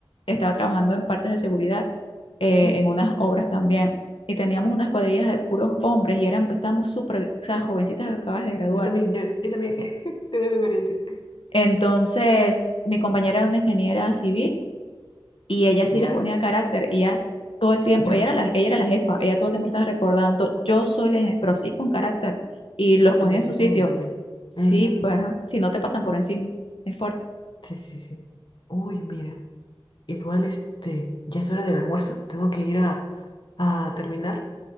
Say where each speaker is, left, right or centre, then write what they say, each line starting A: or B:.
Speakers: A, on the left; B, on the left.
A: estaba trabajando en partes de seguridad, eh,
B: ujú.
A: en unas obras también, y teníamos unas cuadrillas de puros hombres y eran, estábamos súper, o sea, jovencitas que acabas de graduar
B: Yo también, yo, yo también. <laughs> Tengo esa experiencia.
A: Entonces, mi compañera era una ingeniera civil y ella sí
B: Ya.
A: les ponía carácter y ella todo el tiempo,
B: Yo.
A: ella era la, ella era la jefa, ella todo el tiempo estaba recordando, yo soy la, inge-", pero sí con carácter y los ponía
B: Innecesario
A: en su sitio.
B: también.
A: Sí,
B: Ujú.
A: pues, ajá, si no te pasan por encima, es fuerte.
B: Sí, sí, sí. Uy, mira. Igual este, ya es hora del almuerzo. Tengo que ir a, a terminar.